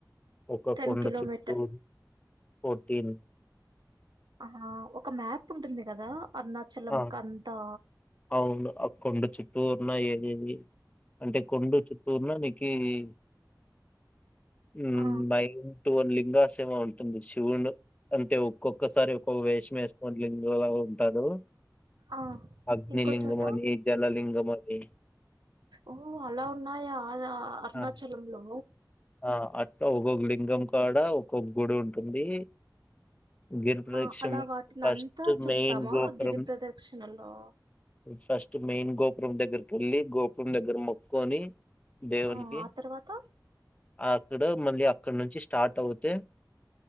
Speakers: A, on the left (about 20°); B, on the right (about 85°).
A: ఒక
B: టెన్
A: కొండ
B: కిలోమీటర్
A: చుట్టూరు ఫోర్టీన్
B: ఆహ ఒక మ్యాప్ ఉంటుంది కదా అరుణాచలం
A: ఆమ్
B: కంతా
A: అవును అ కొండ చుట్టూర్ ఉన్నా ఏది ఏది అంటే కొండ చుట్ పూర్ణ నెగ్గింది ఉ
B: ఆ
A: బై టు లింగాశయము ఉంటుంది శివుడు అంటే ఒక్కొక్కసారి ఒక్కొక్క వేషం వేసుకోని లింగంలా ఉంటారు
B: ఆ
A: అగ్నిలింగమని,
B: ఇంకో చోట
A: జలలింగమని.
B: ఓ అలా ఉన్నాయా అలా అరుణాచలం
A: ఆ!
B: లో
A: ఆ అట్లా ఒక్కక్క లింగం కాడ ఒక్కొక్క గుడి ఉంటుంది. గిరి ప్రదక్షిణము
B: ఆ అలా వాటిని
A: ఫస్ట్
B: అంతా చూస్తామా
A: మెయిన్ గోపురం
B: గిరి ప్రదక్షిణలో
A: ఫస్ట్ మెయిన్ గోపు. గోపురం దగ్గరికి వెళ్ళి గోపురం దగ్గర మొక్కుకొని. దేవునికి
B: ఆహ ఆ తర్వాత
A: అక్కడ మళ్ళీ అక్కడ నుంచి స్టార్ట్ అవుతే.